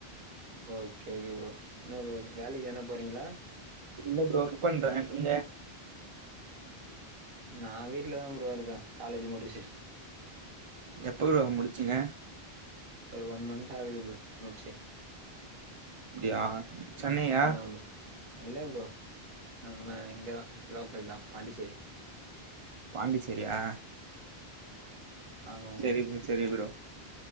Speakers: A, on the right; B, on the right.
A: ஓகே ஓகே ப்ரோ என்னப்ரோ வேலைக்கி எதனா போறீங்ளா
B: இல்ல ப்ரோ ஒர்க் பண்றே நீங்க
A: <unintelligible> நா வீட்லதா ப்ரோ இருக்க காலேஜ் முடிச்சிட்டு
B: எப்ப ப்ரோ முடிச்சீங்க
A: ஒரு ஒன் மந்த் ஆகுது ப்ரோ முட்சி
B: அப்டியா சென்னையா
A: ஆமாமா இல்ல ப்ரோ நம்ம இங்கதா லோக்கல் தா பாண்டிச்சேரி
B: பாண்டிச்சேரியா
A: ஆமா ஆமா
B: செரி ப்ரோ செரி ப்ரோ